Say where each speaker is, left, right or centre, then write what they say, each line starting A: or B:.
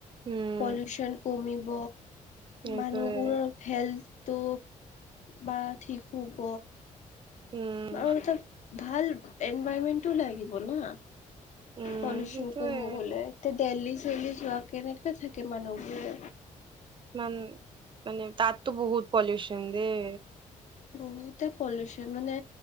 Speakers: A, on the right; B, on the left.
A: উম
B: পলোচন কমিব
A: সেইটোয়ে
B: মানুহবোৰৰ হেল্থ তো বা ঠিক হব
A: উম
B: আৰু এটা ভাল এনভাইৰমেন্টও লাগিব না।
A: উম
B: পলুচন
A: সেইটোয়ে
B: কমি গ'ল তে ডেইলী ডেলী যোৱা কেনেকে থাকে মানুহবোৰে।
A: মান মানে তু বহুত পলিউচন দেই।
B: বহুতে পলিুচন মানে